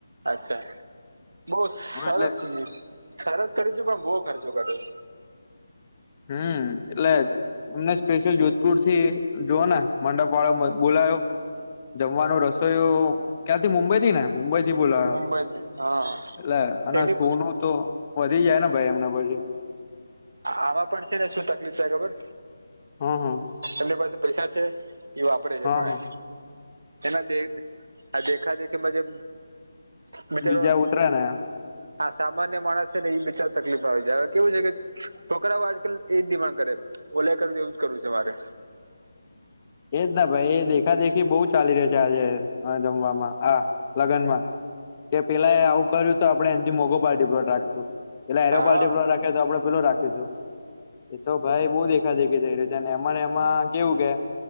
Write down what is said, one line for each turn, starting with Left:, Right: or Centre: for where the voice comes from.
Right: અચ્છા <unintelligible> બહું સરસ
Left: હા એટલે
Right: સરસ કરીતુ પણ બહુ ખર્ચો કર્યો
Left: હમ એટલે જ એમને સ્પેશિયલ જોધપુર થી જોઓ ને મંડપ વાળો બોલાયો જમવાનું રસોઈ ક્યાંથી મુંબઈ થી ને મુંબઈથી બોલા્યો
Right: મુંબઈથી
Left: <unintelligible>
Right: હા
Left: એટલે અનેના
Right: એની
Left: સોનું તો વધી જાય ને ભાઈ એમને પછી
Right: આમાં પણ છે ને શું થાય તકલીફ થાય ખબર
Left: હા હા
Right: એમની પાસે પૈસા છે એ વાપરે છે
Left: હા
Right: <unintelligible> પણ
Left: હા
Right: એના દે દેખા દેખીમાં જે બીચારો
Left: બીજા
Right: <unintelligible>
Left: ઉતરે ને
Right: હા સામાન્ય માણસ છે ને એઈ તકલીફ આવી જાય હવે કેવું છે કે છોકરાઑ આવું આજકાલ એજ ડિમાન્ડકરે ઓલે કર એવું જ કરવું છે મારે
Left: એજ ના ભાઈ એ દેખા દેખી બહુ ચાલી ર છે આજે જમવામાં આ લગ્નમાં કે પેલા આવું કર્યું તો આપણે એથી મોઘો પાર્ટી પ્લોટ રાખશું આર્ય
Right: હા
Left: પાર્ટી પ્લોટ આપડે પેલો રાખીશું એ તો ભાઈ બઉુ દેખા દેખી થઈ રહી છે એમાને એમાં કેવું કે